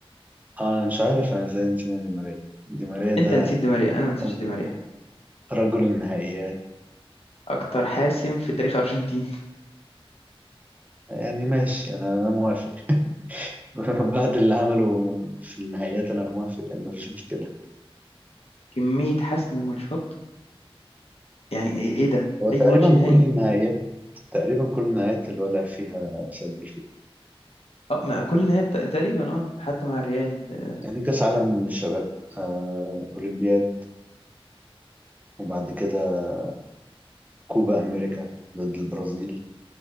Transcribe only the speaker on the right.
آه، انا مش عارف انا ازاي نسينا دي ماريا دي ماريا ده
رجل
رجل النهائيات
يعني ماشي انا انا موافق <laughs> بعد اللي عمله في النهائيات انا موافق يعني مفيش مشكله
هو تقريبا
كل النهائيات تقريبا كل النهائيات اللي ولع فيها سجل فيها
يعني كاس عالم للشباب آه، اولمبياد وبعد كده كوبا امريكا ضد البرازيل